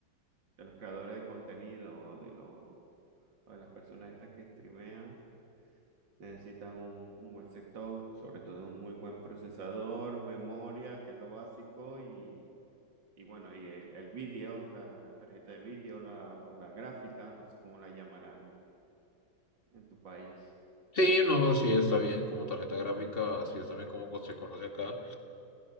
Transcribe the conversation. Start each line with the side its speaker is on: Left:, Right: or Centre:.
Right: de los creadores de contenido o de los, o de las personas estas que streamean Necesitan un, un buen sector, sobre todo un muy buen procesador, memoria, que es lo básico, y, y bueno, y el, el vídeo, la, la tarjeta de vídeo la, o la gráfica, no sé cómo la llamarán en, en tu país.
Left: Sí, no, sí está bien como tarjeta gráfica, así es también como se conoce acá.